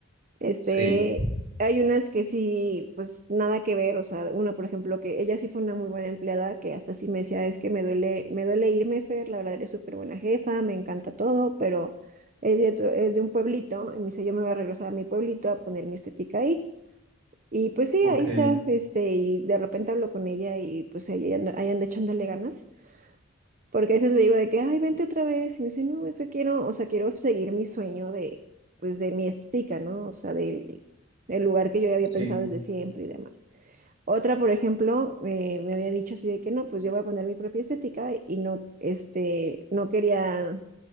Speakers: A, on the right; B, on the right.
A: Este,
B: Sí.
A: hay unas que sí, pues nada que ver, o sea, una, por ejemplo, que ella sí fue una muy buena empleada, que hasta sí me decía, es que me duele, me duele irme, Fer, la verdad eres súper buena jefa, me encanta todo, pero es de, tu- es de un pueblito, y me dice, yo me voy a regresar a mi pueblito a poner mi estética ahí. Y pues sí,
B: Ok.
A: ahí está, este, y de repente hablo con ella y pues ahí anda, ahí anda echándole ganas. Porque a veces le digo de que, ay, vente otra vez. Y me dice, no, es que quiero, o sea, quiero seguir mi sueño de, pues, de mi estética, ¿no? O sea, del, del lugar que yo ya había
B: Sí.
A: pensado desde siempre y demás. Otra, por ejemplo, eh, me había dicho así de que, no, pues yo voy a poner mi propia estética y no, este, no quería,